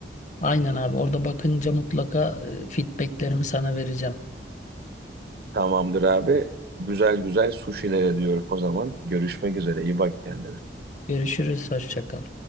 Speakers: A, on the left (about 45°); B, on the right (about 60°).
A: Aynen abi orada bakınca mutlaka e, feedbacklerimi sana vereceğim.
B: Tamamdır abi. Güzel güzel suşiler ediyorum o zaman. Görüşmek üzere. İyi bak kendine.
A: Görüşürüz. Hoşça kal.